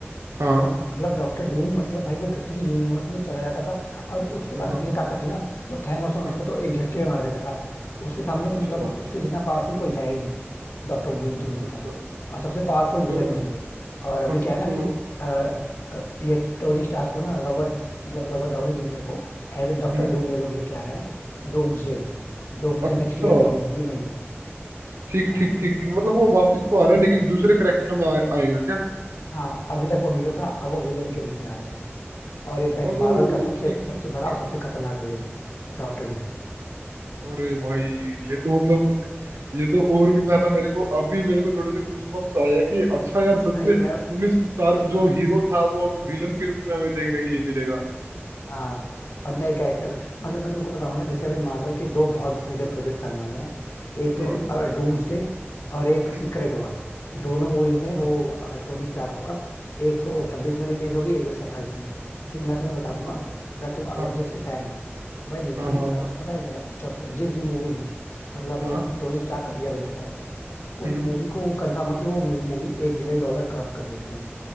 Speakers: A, on the right; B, on the left.
A: हाँ
B: मतलब डॉक्टर डूम मतलब भाई वो किसी भी यूनिवर्स में चला जाता था और उसके
A: हाँ
B: पास
A: हाँ
B: इतनी ताकत थी ना वो थैनोस वैनोस
A: हम्म,
B: को तो एक झटके में मार देता था उसके सामने
A: अच्छा
B: मतलब उस, उसके जितना पावरफुल कोई है ही नहीं डॉक्टर
A: अच्छा
B: डूम डूम
A: अच्छा
B: जितना
A: अच्छा
B: और सबसे पावरफुल विलन
A: तो
B: वही है और अभी
A: अच्छा
B: क्या है ना
A: तो
B: कि अ, अ, ये टोनी स्टार को ना रॉबर्ट मतलब रॉबर्ट डाउनी जूनियर को एज ए डॉक्टर
A: हम्म
B: डूम ये लोग लेके आ रहे हैं डूम्सडे में डूम्सडे
A: अच्छा
B: नेक्स्ट ईयर रिलीज होगी मई में
A: ठीक
B: हाँ
A: ठीक ठीक ठीक मतलब वो वापस तो आ रहा है लेकिन दूसरे करेक्टर में आ, आएगा क्या
B: हाँ अभी तक वो हीरो था अब वो विलन के रूप में आ रहा है और इनफैक्ट
A: ओह
B: मार्वल का सबसे
A: ठीक
B: सबसे
A: ठीक
B: बड़ा
A: ठीक
B: और सबसे
A: ठीक
B: खतरनाक विलेन डॉक्टर डूम
A: अरे भाई ये तो मतलब ये तो और भी ज्यादा मेरे को अभी मेरे को थोड़े से गूजबम्प्स आया कि अच्छा यार
B: भाई
A: सच में टोनी
B: मैं
A: स्टार्क जो हीरो था वो अब विलन के रूप में हमें देखने के लिए मिलेगा
B: हाँ और नए कैरेक्टर मतलब मैं तुमको बताऊं ना जैसे अभी मार्वल के दो बहुत मेजर प्रोजेक्ट्स आने वाले हैं एक तो
A: हम्म
B: डूम्सडे और एक
A: हम्म,
B: सीक्रेट वॉर्स दोनों मूवीज
A: अच्छा
B: में वो टोनी स्टार्क होगा एक तो छब्बीस में रिलीज होगी एक तो सत्ताईस में मतलब मैं तुम्हें बता दूं
A: हाँ
B: ना अगर तुम अवेंजर्स
A: हाँ
B: के फैन हो तो भाई लिटरली
A: हाँ हाँ हाँ
B: पता है क्या है जब जिस भी मूवी में मतलब
A: हाँ
B: टोनी स्टार्क अपीयर हो जाता है
A: हम्म
B: उस मूवी को कंफर्म है कि वो मूवी एक बिलियन डॉलर क्रॉस कर देती है